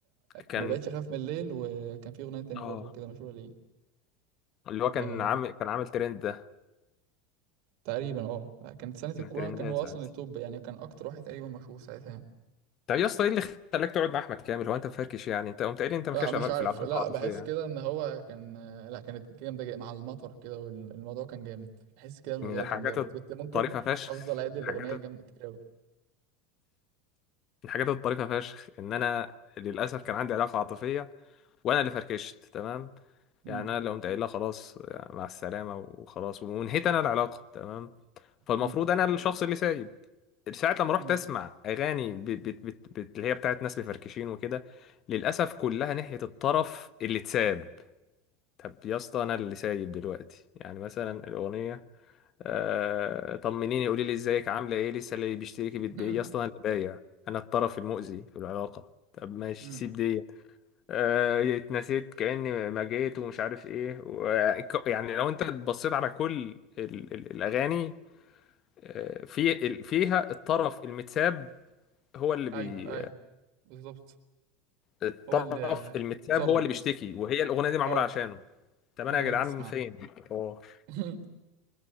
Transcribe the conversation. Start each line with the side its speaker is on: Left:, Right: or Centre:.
Left: كان
Right: ما بقتش اخاف من الليل وكان في اغنيه تانية
Left: اه
Right: برضو كده مشهوره ليه
Left: اللي هو كان
Right: آه
Left: عامل كان عامل ترند ده
Right: تقريبا اه كانت سنه
Left: كان
Right: الكورونا
Left: ترند
Right: كان هو
Left: ساعتها
Right: اصلا التوب يعني كان اكتر واحد تقريبا مشهور ساعتها يعني.
Left: طب إيه يا اسطى ايه اللي خلاك تقعد مع احمد كامل هو انت مفركش يعني انت قمت قايل لي انت مالكش
Right: لا مش
Left: علاقة
Right: عارف
Left: في العلاقات
Right: لا
Left: العاطفيه
Right: بحس
Left: يعني
Right: كده ان هو كان آه، لا كانت جامده جا- مع المطر كده والموضوع كان جامد بحس كده الموضوع
Left: من الحاجات
Right: كان جامد كنت ممكن
Left: الطريفه فشخ
Right: افضل اعيد الاغنيه
Left: الحاجات
Right: جنب كتير قوي
Left: الحاجات الطريفه فشخ ان انا للاسف كان عندي علاقه عاطفيه وانا اللي فركشت تمام
Right: مم.
Left: يعني انا اللي قمت قايل لها خلاص يعني مع السلامه وخلاص وانهيت انا العلاقه تمام فالمفروض
Right: مم.
Left: انا الشخص اللي سايب ساعة لما رحت
Right: مم.
Left: اسمع اغاني بت بت بت بت اللي هي بتاعت ناس مفركشين وكده للاسف كلها ناحية الطرف اللي اتساب طب يا اسطى انا اللي سايب دلوقتي يعني مثلا الاغنية آه طمنيني قولي لي ازيك عامله ايه لسه اللي بيشتركي بتبيعي
Right: <laughs>
Left: يا اسطى انا اللي بايع انا الطرف المؤذي في العلاقة طب ماشي
Right: مم.
Left: سيب دي آه، اتنسيت كأني ما جيت ومش عارف ايه و- ك- يعني لو انت بصيت على كل ال- ال- الاغاني آه، في ال- فيها الطرف المتساب هو اللي بي
Right: ايوه ايوه بالظبط
Left: الطرف
Right: هو اللي
Left: المتساب
Right: ظلم
Left: هو اللي بيشتكي وهي الاغنيه دي معموله
Right: اه
Left: عشانه طب
Right: وانت
Left: انا يا
Right: بقى
Left: جدعان
Right: اللي بتسمعها
Left: فين الحوار
Right: <laughs>